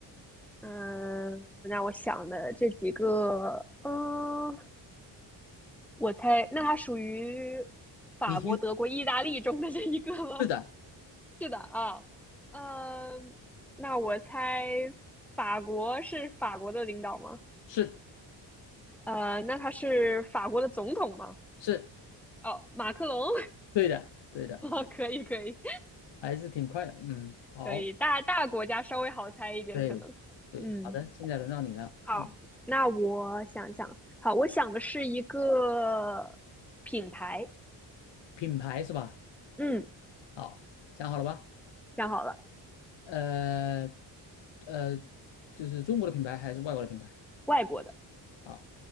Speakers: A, in the centre; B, on the left.
A: 嗯、那我想的这几个，嗯、我猜，那它属于法国、
B: 你其实
A: 德国、意大利中的这一个吗？
B: 是的，
A: <laughs> 是的啊，呃，那我猜法国是法国的领导吗？
B: 是
A: 呃，那他是法国的总统吗？
B: 是，
A: 哦，马克龙，
B: 对的，对的，
A: <laughs> 哦，可以，可以，
B: 还是挺快的，嗯，好，
A: 可以，大大国家稍微好猜一点，
B: 对对，
A: 可能，嗯，
B: 好的，现在轮到你了，
A: 好，
B: 嗯，
A: 那我想想，好，我想的是一个品牌，
B: 品牌是吧？
A: 嗯，
B: 好，想好了吧？
A: 想好了，
B: 呃，呃，就是中国的品牌还是外国的品牌？
A: 外国的
B: 好，